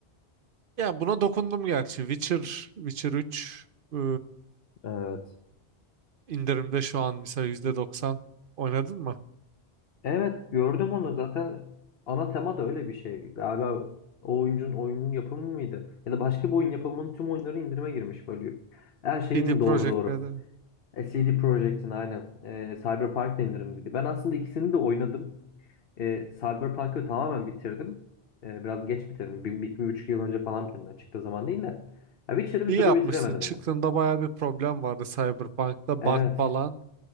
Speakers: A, on the right; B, on the left.
A: ya buna dokundum gerçi. Witcher, Witcher üç e,
B: Evet.
A: indirimde şu an mesela %90. Oynadın mı?
B: Evet gördüm onu zaten ana tema da öyle bir şey. Galiba o oyuncunun oyunun yapımı mıydı? Ya da başka bir oyun yapımının tüm oyunları indirime girmiş böyle. bir- Her şeyin
A: CD Projekt
B: doğru doğru.
A: Red'i.
B: E, CD Projekt'in aynen. E, Cyberpunk da indirim dedi. Ben aslında ikisini de oynadım. E, Cyberpunk'ı tamamen bitirdim. E, biraz geç bitirdim. Bir, bir, bir buçuk yıl önce falan bitirdim. Yani Çıktığı zaman değil de. Ya Witcher'ı
A: İyi
B: bir türlü
A: yapmışsın.
B: bitiremedim
A: Çıktığında
B: ama.
A: baya bir problem vardı Cyberpunk'ta
B: Evet.
A: bug falan.